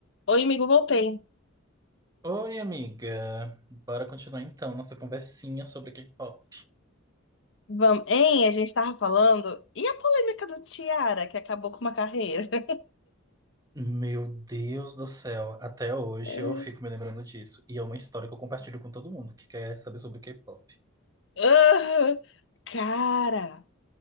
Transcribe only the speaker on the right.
Oi, amiga. Bora continuar então nossa conversinha sobre K-pop.
Meu Deus do céu, até hoje
eu fico me lembrando disso. E é uma história que eu compartilho com todo mundo que quer saber sobre K-pop.